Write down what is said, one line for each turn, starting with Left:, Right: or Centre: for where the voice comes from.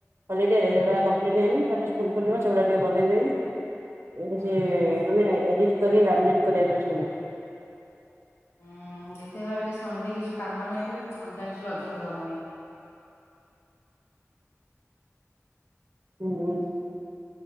Right: ହଲିଡେ ରେସେଗୁଡା କମ୍ପିଲିଟି କାଲି ସ୍କୁଲ ଖୋଲିବ ସେଗୁଡା ଟିକେ ବନେଇଦବି ଏ ଡିଟି
Left: ହୁଁ ହୁଁ ହୁଁ
Right: ମାନେ କରି ଲାମିନିଟେ କରିବାର ଅଛି ଗୁଡ଼େ
Left: ଉଁ ଯେତେ ଭାବିଲେ ସଣ୍ଡେ କିଛି କାମ ନାହିଁ ବୋଲି କିନ୍ତୁ ସଣ୍ଡେ ଆକ୍ଚୁଲି ଅଧିକ କାମ ହିଁ
Right: ହୁଁ